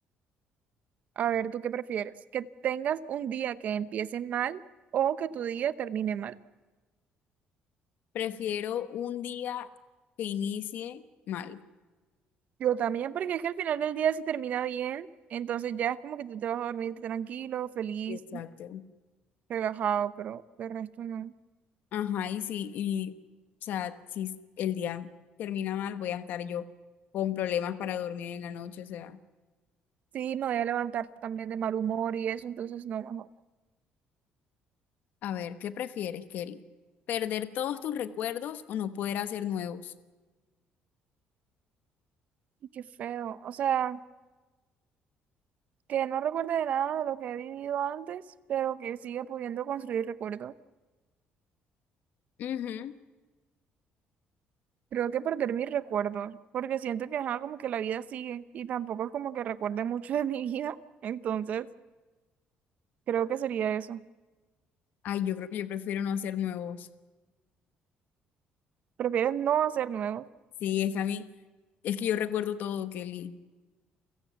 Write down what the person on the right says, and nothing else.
A ver, ¿tú qué prefieres? ¿Que tengas un día que empiece mal o que tu día termine mal?
Yo también, porque es que al final del día se termina bien, entonces ya es como que tú te vas a dormir tranquilo, feliz,
relajado, pero de resto no.
Sí, me voy a levantar también de mal humor y eso, entonces no, mejor.
Y qué feo. O sea. que no recuerde de nada de lo que he vivido antes, pero que siga pudiendo construir recuerdos.
Creo que perder mis recuerdos, porque siento que ajá, como que la vida sigue y tampoco es como que recuerde mucho de <laughs> mi vida, entonces creo que sería eso.
¿Prefieres no hacer nuevos?